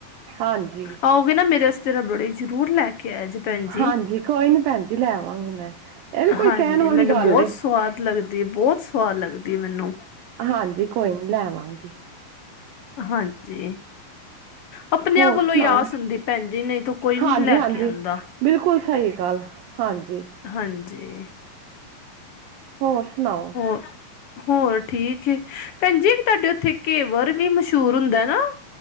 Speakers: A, on the right; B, on the left.
A: ਹਾਂਜੀ
B: ਆਓਗੇ ਨਾ ਮੇਰੇ ਵਾਸਤੇ ਰਬੜੀ ਜ਼ਰੂਰ ਲੈ ਕੇ ਆਯਾ ਜੇ ਭੈਣ ਜੀ,
A: ਹਾਂਜੀ ਕੋਈ ਨੀ ਭੈਣ ਜੀ ਲੈ ਆਵਾਂਗੀ ਮੈਂ ਇਹ ਵੀ ਕੋਈ
B: ਹਾਂਜੀ
A: ਕਹਿਣ ਵਾਲੀ
B: ਮੈਨੂੰ
A: ਗੱਲ
B: ਬਹੁਤ
A: ਏ
B: ਸਵਾਦ ਲੱਗਦੀ ਬਹੁਤ ਸਵਾਦ ਲੱਗਦੀ ਮੈਨੂੰ।
A: ਹਾਂਜੀ ਕੋਈ ਨੀ ਲੈਵਾਂਗੀ।
B: ਹਾਂਜੀ। ਆਪਣਿਆਂ
A: ਹੋਰ
B: ਕੋਲੋਂ
A: ਸੁਣਾਓ
B: ਈ ਆਸ ਹੁੰਦੀ ਭੈਣ ਜੀ ਨਹੀਂ ਤਾਂ ਕੋਈ ਵੀ
A: ਹਾਂਜੀ
B: ਨਹੀਂ ਲੈ
A: ਹਾਂਜੀ
B: ਕੇ ਆਉਂਦਾ।
A: ਬਿਲਕੁਲ ਸਹੀ ਗੱਲ ਹਾਂਜੀ।
B: ਹਾਂਜੀ।
A: ਹੋਰ ਸੁਣਾਓ।
B: ਹੋਰ ਹੋਰ ਠੀਕ ਹੈ, ਭੈਣ ਜੀ ਤੁਹਾਡੇ ਉੱਥੇ ਕੇਵਰ ਵੀ ਮਸ਼ਹੂਰ ਹੁੰਦਾ ਨਾ।